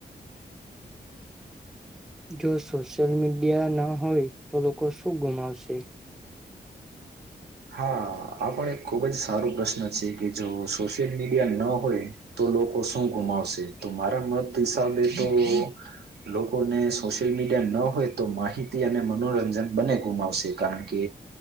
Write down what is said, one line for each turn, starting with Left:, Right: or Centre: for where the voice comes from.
Centre: જો સોશિયલ મીડિયા ન હોય તો લોકો શું ગુમાવશે
Right: હા આ પણ એક ખૂબ જ સારો પ્રશ્ન છે કે જો સોશિયલ મીડિયા ન હોય તો લોકો શું ગુમાવશે તો મારા મત હિસાબે તો લોકોને સોશિયલ મીડિયા ન હોય તો માહિતી અને મનોરંજન બને ગુમાવશે કારણ કે